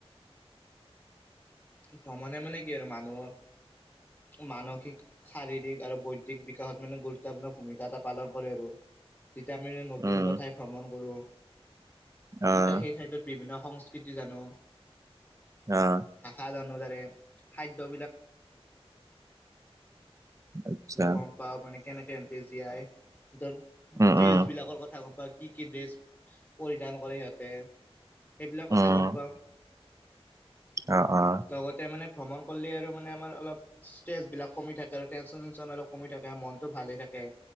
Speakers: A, on the left; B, on the right.
A: ভ্ৰমণে মানে কি আৰু মানুহৰ। মানসিক শাৰীৰিক আৰু বৈদিক বিকাশত মানে গুৰুত্বপূৰ্ণ ভূমিকা। এটা পালন কৰে আৰু ভিটামিনে নতুন
B: উম
A: এটা ঠাই ভ্ৰমণ কৰোঁ।
B: আহ
A: এতিয়া সেই ঠাইেতত বিভিন্ন সংস্কৃতি জানো।
B: অ'
A: <unintelligible> জীৱন ধাৰণাটোো
B: আচ্ছা
A: গম পাওঁ মানে কেনেকে এহতে জীয়াই। ৰ'
B: উম
A: ড্ৰেছ
B: উম
A: বিলাকৰ কথা গম পা কি 'কি ড্ৰেছ। পৰিধান কৰে। সিহঁতে সেইবিলাক কথা
B: উম
A: গম পাওঁ।
B: অ অ
A: লগতে মানে ভ্ৰমণ কৰিলে আৰু মানে আমাৰ অলপ ষ্ট্ৰেছ বিলক কমি আৰু টেনচন চেনচন অলপ কমি থাকে মনতটো ভালে থাকে